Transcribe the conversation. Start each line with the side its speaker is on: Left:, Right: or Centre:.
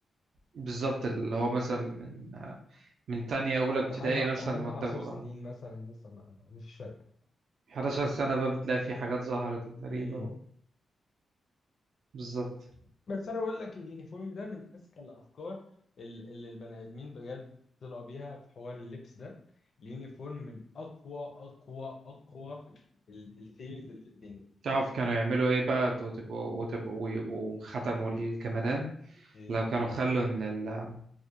Right: بالظبط اللي هو مثلا من من تانية اولى ابتدائي
Left: لحد ع-
Right: مثلا
Left: لحد
Right: وانت
Left: 10
Right: ب-
Left: سنين مثلا لسه ما ما- مفيش فرق
Right: 11 سنه بقى بتلاقي في حاجات ظهرت غريبه
Left: امم
Right: بالظبط
Left: بس انا بقول لك اليونيفورم ده من اذكى الافكار ال- اللي البني ادمين بجد طلعوا بيها في حوار اللبس ده اليونيفورم من اقوى اقوى اقوى الثيريز اللي في الدنيا
Right: تعرف كانوا يعملوا ايه بقى وتبقوا وتبقوا ويبقوا ختموا الجمدان
Left: إيه؟
Right: لو كانوا خلوا ان ال